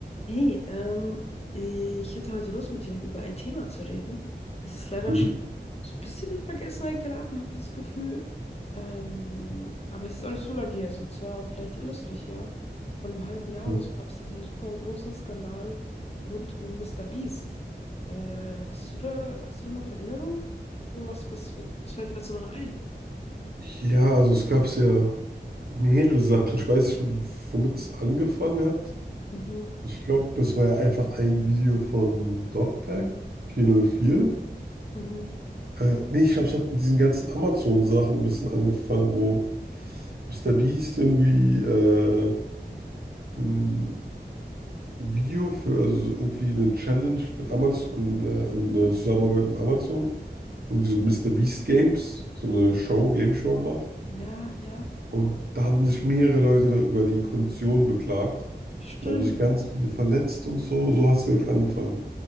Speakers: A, on the left (about 35°); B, on the right (about 60°).
A: Hey, ähm, ich hätte heute Lust, mit dir über ein Thema zu reden. Es ist leider
B: Mhm.
A: schon so ein bisschen in Vergessenheit geraten, habe ich das Gefühl. Ähm, aber es ist auch nicht so lange her. So zwar, vielleicht erinnerst du dich ja, vor einem halben Jahr
B: Mhm.
A: oder so gab es ja so einen super großen Skandal rund um Mister Beast. Äh, hast du da, hast du da noch Erinnerungen? So, was, was, was fällt dir dazu noch ein?
B: Ja, also es gab ja mehrere Sachen. Ich weiß nicht, mit, womit es angefangen hat.
A: Mhm,
B: Ich glaube, das war ja einfach ein Video von Dogpack 404.
A: mhm.
B: Äh, nee, ich glaube, es hat mit diesen ganzen Amazon-Sachen ein bisschen angefangen, wo Mr. Beast irgendwie äh, ein Video für, also so irgendwie eine Challenge mit Amazon, äh, und eine Zusammenarbeit mit Amazon, irgendwie so Mr. Beast Games, so eine Show, Game Show
A: Ah,
B: macht.
A: Ja, ja,
B: Und da haben sich mehrere Leute da über die Kondition beklagt.
A: stimmt.
B: Und da haben sich ganz viele verletzt und so. So hat es, glaube ich, angefangen.